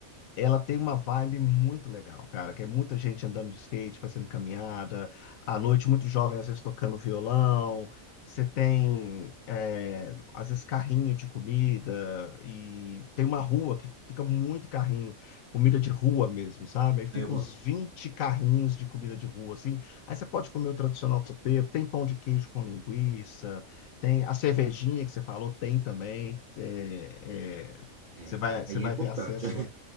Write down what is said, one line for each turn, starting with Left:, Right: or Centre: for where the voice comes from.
Left: Ela tem uma vibe muito legal, cara, que é muita gente andando de skate, fazendo caminhada, à noite muito jovem, às vezes tocando violão. Você tem, é, às vezes, carrinho de comida e tem uma rua que fica muito carrinho, comida de rua mesmo, sabe? Aí fica
Right: aí eu gosto.
Left: uns 20 carrinhos de comida de rua, assim. Aí você pode comer o tradicional tropeiro, tem pão de queijo com linguiça, tem a cervejinha que você falou, tem também. É, é,
Right: É,
Left: você vai, você
Right: aí
Left: vai
Right: é importante.
Left: ter acesso.